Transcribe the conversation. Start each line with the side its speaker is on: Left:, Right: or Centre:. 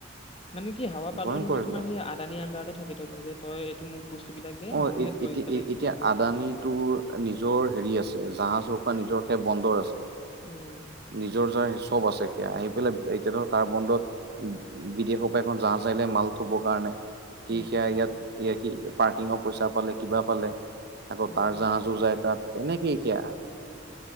Left: মানে কি হাৱা পালেও
Right: ভয়ংকৰ
Left: ধৰিলও
Right: এইবিলাক
Left: তোমাৰেই আদানী আন্ডাৰতে থাকে ধৰি লোৱা যে তই এইটো মোক বস্তুবিলাক দে
Right: অ
Left: মই সেই কৰি
Right: এতিয়া
Left: পেলাই
Right: এতিয়া
Left: দিমগে।
Right: আদানী টোৰ নিজৰ হেৰি আছে জাহাজ ৰখোৱা নিজৰ খে বন্দৰ আছে
Left: উম,
Right: নিজৰ যাৰ চব আছে সেয়া আহি পেলাই এতিয়া ধৰক তাৰ বন্দত উ বিদেশৰ পৰা এখন জাহাজ আহিলে মাল থবৰ কাৰণে সি
Left: উম,
Right: সেয়া ইয়াত কি পাৰ্কিঙৰ পইচা পালে কিবা পালে। আকৌ
Left: উম,
Right: তাৰ জাহাজো যায় তাত তেনেকেই সেয়া